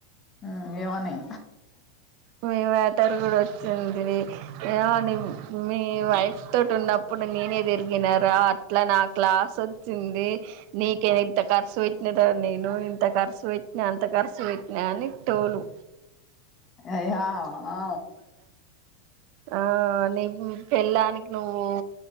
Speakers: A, on the left (about 30°); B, on the right (about 55°).
A: um ఏమని
B: మీ మ్యాటర్ కూడా వో చ్చింది. యా నీ మీ వైఫ్ తోటి ఉన్నప్పుడు నేనే తిరిగినారా అట్లా నా క్లాస్ వోచ్చింది. నీ కె మే ఇంత ఖర్చు పెట్టినార నేను ఇంత ఖర్చు పెట్టినా అంత ఖర్చు వెట్టినా అని టో లు
A: అయ్యా ఆ
B: ఆ నీకు పెళ్ళానికి నువ్వు